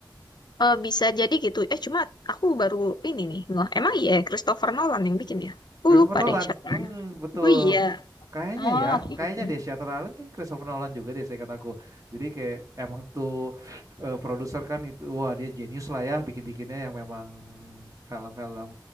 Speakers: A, on the left; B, on the right.
A: Eh bisa jadi gitu. Eh, cuma aku baru ini nih. Nggak, emang iya Christopher Nolan yang bikin ya? Aku
B: Christopher
A: lupa
B: Nolan,
A: deh Shutter
B: hmm,
A: Island.
B: betul.
A: Oh iya.
B: Kayaknya
A: Oh,
B: ya,
A: oke.
B: kayaknya
A: oke.
B: deh Shutter Island kayak Christopher Nolan juga deh, saya kataku. Jadi kayak emang tuh eh, produser kan itu, wah dia jenius lah ya, bikin-bikinnya yang memang film-film